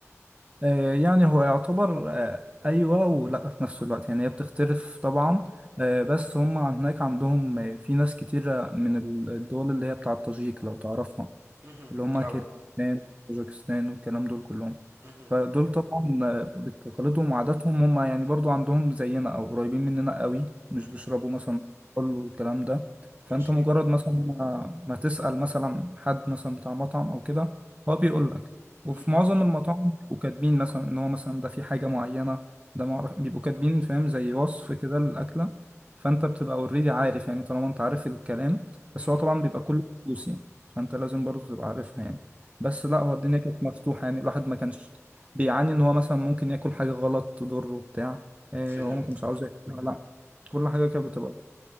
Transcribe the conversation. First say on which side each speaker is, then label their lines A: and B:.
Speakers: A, on the right; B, on the right.
A: آه، يعني هو يعتبر آه، أيوة ولا في نفس الوقت يعني هي بتختلف طبعا آه، بس هم هناك عندهم آه، في ناس كتيرة من الدول اللي هي بتاعة تاجيك لو تعرفها
B: مهم.
A: اللي هما
B: اه
A: كيرغيزستان طاجيكستان والكلام دول كلهم
B: مهم.
A: فدول طبعا آه، بتقاليدهم وعاداتهم هما يعني برضو عندهم زينا أو قريبين مننا قوي مش
B: مهم.
A: بيشربوا مثلا كحول والكلام ده فأنت
B: ماشي
A: مجرد مثلا ما ما تسأل مثلا حد مثلا بتاع مطعم أو كده هو بيقول لك وفي
B: مهم.
A: معظم المطاعم بيبقوا كاتبين مثلا إن هو مثلا ده في حاجة معينة ده معرف بيبقوا كاتبين فاهم زي وصف كده للأكلة فأنت بتبقى اوريدي عارف يعني طالما أنت عارف الكلام بس
B: مهم.
A: هو طبعا بيبقى كله فلوس يعني. فانت لازم برضه تبقى عارفها يعني بس لا هو الدنيا كانت مفتوحة يعني الواحد ما كانش بيعاني ان هو مثلا ممكن ياكل حاجة غلط تضره بتاع إيه
B: فهمتك
A: هو ما كانش عاوز ياكلها لا كل حاجة كانت بتبقى